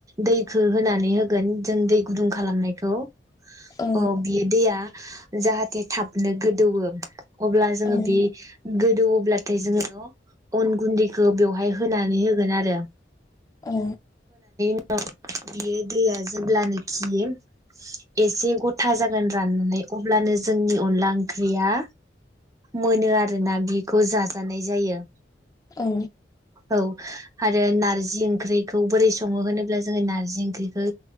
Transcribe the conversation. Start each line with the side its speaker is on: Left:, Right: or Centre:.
Right: दैखौ होनानै होगोन जों दै गुदुं खालामनायखौ
Left: औ
Right: अ बियो दैया जाहाथे थाबनो गोदौओ अब्ला जोङो
Left: औ
Right: बे गोदौओब्लाथाय जोङो अन गुन्दैखौ बेवहाय होनानै होगोन आरो
Left: औ
Right: औ बेयो दैया जेब्लानोखि एसे गथा जागोन राननानै अब्लानो जोंनि अनला ओंख्रिया मोनो आरो बिखौ जाजानाय जायो
Left: औ
Right: औ आरो नारजि ओंख्रिखौ बोरै सङो होनोब्ला जोङो नार्जि ओंख्रिखौ